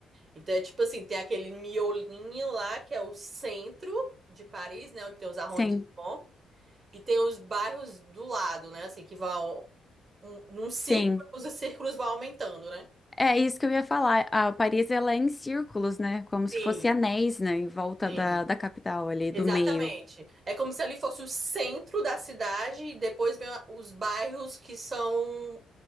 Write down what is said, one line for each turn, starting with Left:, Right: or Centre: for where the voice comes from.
Right: Então é tipo assim, tem aquele miolinho lá, que é o centro de Paris, né? Onde tem os arrondissements.
Left: sim,
Right: E tem os bairros do lado, né? Assim, que vão. Um, um círculo,
Left: sim.
Right: os círculos vão aumentando, né?
Left: É isso que eu ia falar. A Paris, ela é em círculos, né? Como se
Right: Sim,
Left: fosse anéis, né? Em volta
Right: sim.
Left: da, da capital ali,
Right: Exatamente.
Left: do meio.
Right: É como se ali fosse o centro da cidade e depois vem a- os bairros que são.